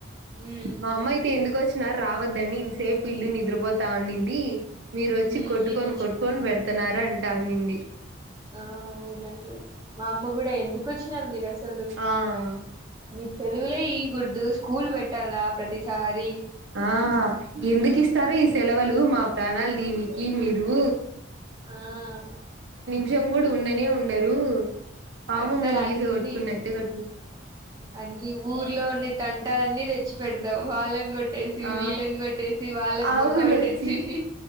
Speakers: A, on the right (about 20°); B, on the right (about 65°).
A: ఉమ్
B: మా అమ్మ అయితే ఎందుకు వచ్చ్ రావద్దని ఇంతసేపు ఇల్లు నిద్రపోతా ఉనింది. మీరు వచ్చి
A: ఉమ్
B: కొట్టుకొని
A: మీరు
B: కొట్టుకొని పెడుతున్నారన్ టానింది.
A: ఆహ్ ఉగాసలు. మా అమ్మ కూడా ఎందుకు వచ్చినారు మీరు అస్
B: ఆ
A: మీకు సెలవులే ఇకూడదు స్కూల్ పెట్టాల ప్రతిసా సార్
B: ఆహ్ ఎందుకు ఇస్తారు ఈ సెలవులు మా ప్రాణాలు. దీనీకి మీరు.
A: ఆహ్
B: జంగుడు ఉండని ఉండనే ఉండరు పాము
A: అసలు
B: ముంగీస
A: అన్ని
B: కట్టుకున్నట్టే కోట్
A: అన్ని ఊర్లో ఉన్నే తన్. ట్టాలన్నీ తెచ్చి పెడతాం వాళ్ళని కొట్ట్. కట్టేసి
B: ఆ
A: వీళ్ళాని కొట్టేసి వాళ్ళాకి
B: అవునొచ్చి
A: బొక్క పెట్టేసి.